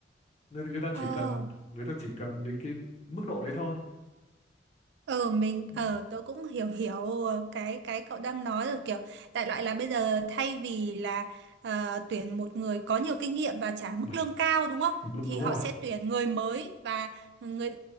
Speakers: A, on the left; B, on the right.
A: nên người ta chỉ
B: ờ
A: cần người ta chỉ cần đến cái mức độ đấy thôi
B: Ờ mình
A: Ừ.
B: ờ tớ cũng hiểu hiểu ờ, cái cái cậu đang nói rồi kiểu đại loại là bây giờ thay vì là ờ, tuyển một người có nhiều kinh nghiệm và trả mức
A: <laughs>
B: lương cao đúng không?
A: đúng
B: Thì
A: đúng
B: họ
A: rồi
B: sẽ tuyển người mới và người